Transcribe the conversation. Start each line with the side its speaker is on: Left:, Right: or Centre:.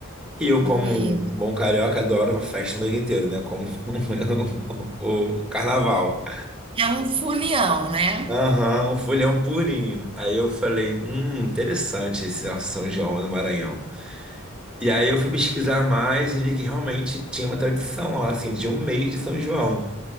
Centre: E eu, como
Right: Meu,
Centre: um bom carioca, adoro uma festa o mês inteiro, né? Como <laughs> o o carnaval.
Right: é um folião, né?
Centre: Aham, um folhão purinho. Aí eu falei, hum, interessante esse nosso São João no Maranhão. E aí eu fui pesquisar mais e vi que realmente tinha uma tradição lá, assim, de um mês de São João.